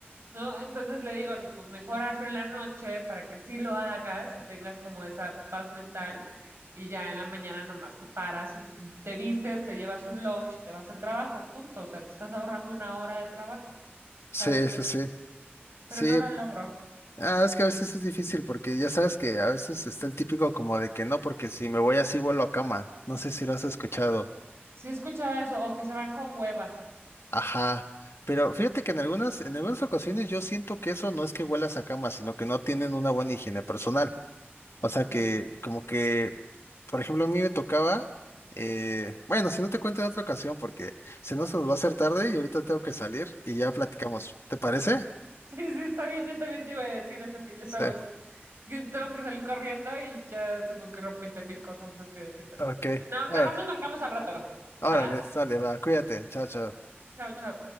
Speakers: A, on the right (about 75°); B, on the left (about 85°).
A: ¿no? Entonces le digo, pues mejor hazlo en la noche para que sí lo hagas y tengas como esa paz mental. Y ya en la mañana nomás te paras y te te vistes, te llevas un lunch y te vas al trabajo, punto. O sea, te estás ahorrando una hora de trabajo, ¿sabes?
B: Sí, sí, sí.
A: pero
B: Sí,
A: no lo logro.
B: ah, es que a veces es difícil porque ya sabes que a veces está el típico como de que no, porque si me voy así vuelo a cama. No sé si lo has escuchado.
A: Sí he escuchado eso, o que se van con hueva.
B: Ajá. Pero fíjate que en algunas, en algunas ocasiones yo siento que eso no es que huelas a cama, sino que no tienen una buena higiene personal. O sea
A: Mm.
B: que,
A: <laughs>
B: como que, por ejemplo, a mí me tocaba, eh, bueno, si no te cuento en otra ocasión, porque si no se nos va a hacer tarde y ahorita tengo que salir y ya platicamos. ¿Te parece?
A: Sí, sí, está bien, yo también te iba a decir eso, que ya
B: Sí.
A: estamos, que tengo que salir corriendo y ya se me ocurrieron veinte mil cosas más que decir, pero
B: Ok.
A: no, mejor
B: Ah,
A: nos marcamos al rato,
B: Órale,
A: ¿va?
B: sale, va, cuídate, chao, chao.
A: Chao, chao.